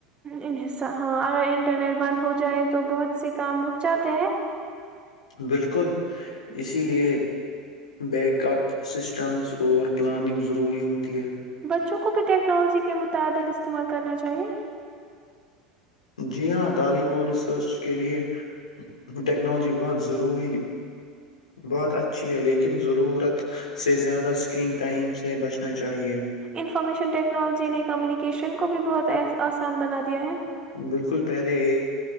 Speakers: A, on the right (about 25°); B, on the left (about 75°).
A: ان حصہ ہاں اگر انٹرنیٹ بند ہو جائے تو بہت سے کامرک جاتے ہیں
B: بالکل اسی لیے بیک اپ سسٹمز اور پلاننگ ضروری ہوتی ہے
A: بچوں کو <unintelligible> کو بھی ٹیکنالوجی کے متعدل استعمال کرنا چاہیے
B: جی ہاں تعلیم اور ریسرچ کے لیے ٹیکنالوجی بہت ضروری بہت اچھی ہے لیکن ضرورت سے زیادہ اسکرین ٹائم سے بچنا چاہیے
A: انفارمیشن ٹیکنالوجی نے کمیونیکیشن کو بھی بہت س آس آسان بناات دیا ہیں
B: بالکل پہلے ایک